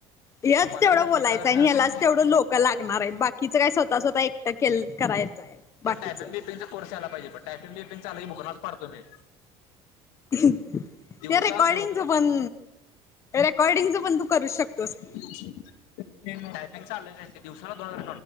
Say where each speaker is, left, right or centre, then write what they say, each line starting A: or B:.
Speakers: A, on the left (about 25°); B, on the left (about 85°).
A: हेच
B: पंधराशे
A: तेवढं बोलायचं
B: पंधरा हजार
A: आहे
B: मी
A: आणि यालाच तेवढं लोक लागणार आहेत बाकी तिचं काय स्वतः स्वतः एकट केल करायचं आहे
B: किंवा
A: बाकीच
B: टायपिंग बिपिंगचा कोर्स यायला पाहिे टायपि बपंगचाला बुकनाच पडतो मी
A: त्या
B: दिवसा
A: रेकॉर्डिंगच
B: दिव
A: पण रेकॉर्डिंगच पण तू करू शकतोसी
B: हम् टायपिंग चाललंय दिवसाला दोन